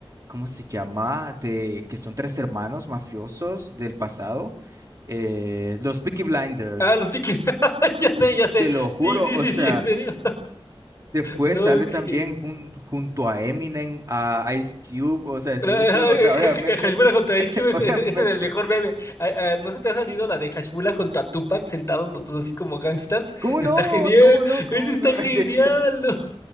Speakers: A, on the right; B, on the left.
A: ¿cómo se llama? De que son tres hermanos mafiosos del pasado, eh, los Peaky Blinders,
B: Ah, los piquis, <laughs> ya sé, ya sé,
A: te lo juro,
B: sí, sí,
A: o
B: sí,
A: sea...
B: sí, en serio.
A: Después
B: No,
A: sale
B: que,
A: también
B: que
A: jun- junto a Eminem, a Ice Cube, o sea, Snoop
B: Ah, ja-
A: Dogg, o sea, obviamente,
B: Hashmula contra Ice
A: <laughs>
B: Cube, ese,
A: obviamente.
B: ese- ese es el mejor meme. Ah, ah, ¿No se te ha salido la de Hashmula contra Tupac sentados los dos así como gangsters?
A: ¿Cómo
B: Está
A: no?
B: genial,
A: ¿Cómo no? ¿Cómo
B: ese está
A: no?
B: genial.
A: <laughs> De hecho,
B: ¿no?